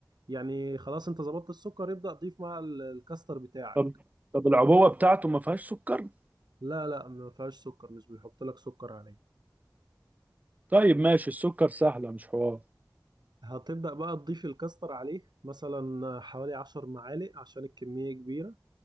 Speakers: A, on the right; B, on the right.
A: يعني خلاص انت ظبطت السكر يبدأ تضيف مع ال- الكاستر بتاعك
B: طب طب العبوة بتاعته ما فيهاش سكر
A: لا لا ما فيهاش سكر مش بيحط لك سكر عليه
B: طيب ماشي السكر سهلة مش حوار
A: هتبدأ بقى تضيف الكاستر عليه مثلا حوالي عشر معالق عشان الكمية كبيرة